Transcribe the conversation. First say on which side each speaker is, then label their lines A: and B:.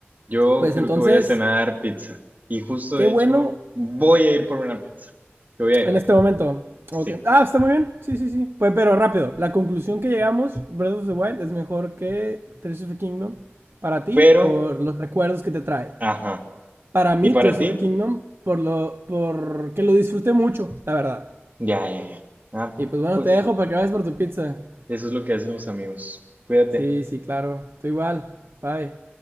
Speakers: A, on the right; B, on the right.
A: yo
B: Pues
A: creo
B: entonces,
A: que voy a cenar pizza. Y justo
B: qué
A: de
B: bueno
A: hecho, voy a ir por una pizza. Te voy a dejar,
B: En este momento.
A: sí.
B: Ok. Ah, está muy bien. Sí, sí, sí. Pues, pero rápido. La conclusión que llegamos, Breath of the Wild es mejor que Tears of the Kingdom para ti
A: Pero
B: por los recuerdos que te trae.
A: Ajá.
B: Para mí,
A: ¿Y para
B: Tears
A: ti?
B: of the Kingdom, por lo, por que lo disfruté mucho, la verdad.
A: Ya, ya, ya. Ah,
B: Y pues bueno,
A: pues
B: te dejo para que vayas por tu pizza.
A: eso es lo que hacen los amigos. Cuídate.
B: Sí, sí, claro. Tú igual. Bye.